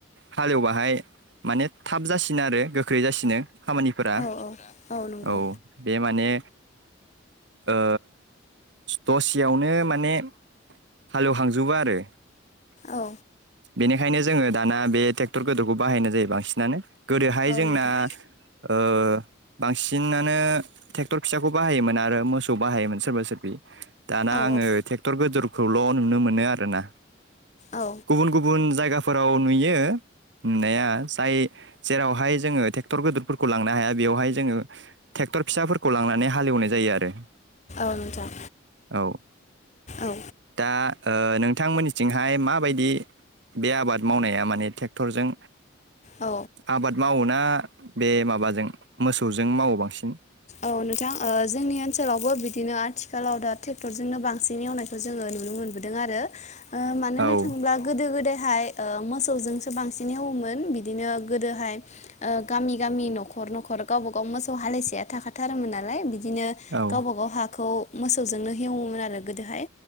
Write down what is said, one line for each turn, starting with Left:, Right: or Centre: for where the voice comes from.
Right: हालेवबाहाय माने थाब जासिनो आरो गोख्रै जासिनो। खामानिफोरा
Left: औ औ नंगौ
Right: औ बे माने ओ दसेयावनो माने हालेवहांजोबो आरो
Left: औ।
Right: बेनिखायनो जोङो दाना बे ट्रेक्टर गोदोखौ बाहायनाय जायो बांसिनानो। गोदोहाय
Left: औ
Right: जोंना
Left: नोंथां
Right: ओ बांसिनानो ट्रेक्टर फिसाखौ बाहायोमोन आरो मोसौ बाहायोमोन सोरबा सोरबि। दाना
Left: औ
Right: आङो ट्रेक्टर गोदोरखौल' नुनो मोनो आरोना।
Left: औ।
Right: गुबुन - गुबुन जायगाफोराव नुयो नुनाया जाय जेरावहाय जोङो ट्रेक्टर गिदिरफोरखौ लांनो हाया बेयावहाय जोङोे टेक ट्रेक्टर फिसाफोरखौ लांनानै हालेवनाय जायो आरो।
Left: औ नोंथां
Right: औ
Left: औ
Right: दा ओ नोंथांमोननिथिं हाय माबायदि बे आबाद मावनाया माने ट्रेक्टरजों
Left: औ
Right: आबाद मावोना बे माबाजों मोसौजों मावो बांसिन?
Left: औ नोंथां ओ जोंनि ओनसोलावबो बिदिनो आथिखालाव दा ट्रेक्टरजोंनो बांसिन एवनायखौ जोङो नुनो मोनबोदों आरो ओ मानो
Right: औ
Left: नायनो थांब्ला गोदो गोदाय
Right: <inaudible>
Left: मोसौ जोंसो बांसिन हेवोमोन बिदिनो गोदोहाय ओ गामि- गामि न'खर- न'खर गावबागाव मोसौ हालिसेया थाखाथारोमोन नालाय बिदिनो
Right: औ
Left: गावबा गाव हाखौ मोसौजोंनो हेवोमोन आरो गोदोहाय